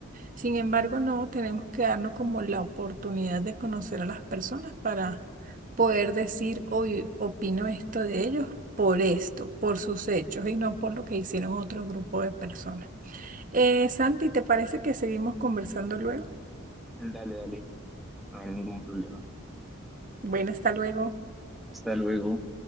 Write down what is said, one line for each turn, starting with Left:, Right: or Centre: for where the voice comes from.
Right: Sin embargo, no tenemos que darnos como la oportunidad de conocer a las personas para poder decir, oye, opino esto de ellos por esto, por sus hechos y no por lo que hicieron otro grupo de personas. Eh, Santi, ¿te parece que seguimos conversando luego?
Centre: Dale, dale, no hay ningún problema.
Right: Bueno, hasta luego.
Centre: Hasta luego.